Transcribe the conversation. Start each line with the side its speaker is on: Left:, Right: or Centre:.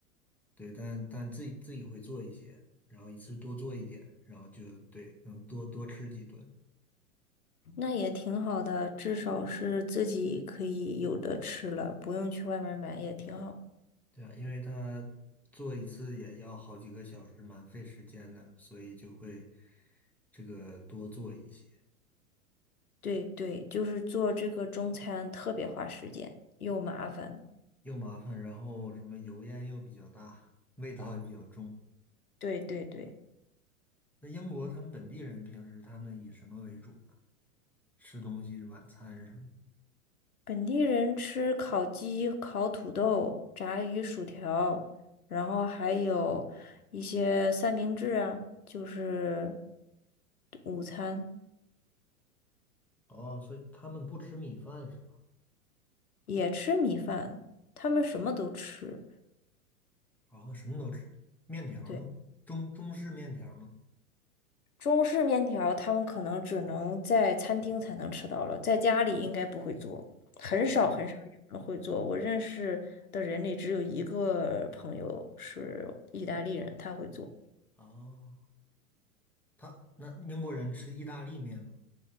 Centre: 对，但但自己自己会做一些，然后一次多做一点，然后就对，能多多吃几顿。
Left: 那也挺好的，至少是自己可以有的吃了，不用去外面买，也挺好。
Centre: 对啊，因为他做一次也要好几个小时，蛮费时间的，所以就会这个多做一些，
Left: 对对，就是做这个中餐特别花时间，又麻烦。
Centre: 又麻烦，然后什么油烟又比较大，味道也比较重。
Left: 对对对。
Centre: 那英国他们本地人平时他们以什么为主呢？吃东西，晚餐什么
Left: 本地人吃烤鸡、烤土豆、炸鱼薯条，然后还有一些三明治啊，就是午餐
Centre: 的？哦，所以他们不吃米饭是吧？
Left: 也吃米饭，他们什么都吃。
Centre: 哦，什么都吃，面条呢？
Left: 对，
Centre: 中中式面条吗？
Left: 中式面条他们可能只能在餐厅才能吃到了，在家里应该不会做，很少很少有人会做。
Centre: 哦
Left: 我认识的人里只有一个朋友是意大利人，他会做。
Centre: 哦，他那英国人吃意大利面吗？